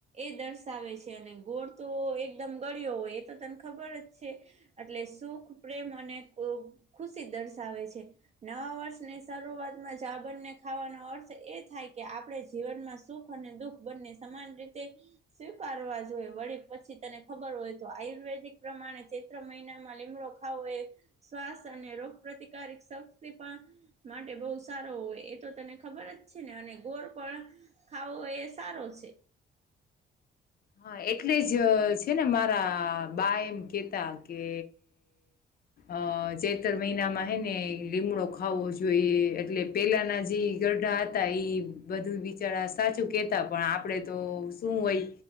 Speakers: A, on the right (about 35°); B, on the left (about 50°).
A: એ દર્શાવે છે, અને ગોળ તો એકદમ ગળયો હોય એ તો તને ખબર જ છે. એટલે સુખ પ્રેમ અને ખુશી દર્શાવે છે, નવા વર્ષને. શરૂઆતમાં જ બંને ખાવાનો અર્થ એ થાય કે આપણે જીવનમાં સુખ અને દુઃખ બંને સમાન રીતે સ્વીકારવા જોઈએ વળી પછી તને ખબર હોય તો આયુર્વેદિક પ્રમાણે મહિનામાં લીમડો ખાવો એ શ્વાસ અને રોગ પ્ર્રતિકારક શક્તિ પણ. માટે બહુ સારો હોય એ તો તને ખબર જ છે, ને અને ગોર પણ ખાવો હોય એ સારો છે. <inaudible>
B: હા એટલે જ છે, ને મારા બા એમ કેતા કે. અ <unintelligible> મહિનામાં હે ને લીમડો ખાવો જોઈએ એટલે પેલાના જે. <unintelligible> હતા બધું બિચારા સાચું કેતા પણ આપડે તો શું હોય.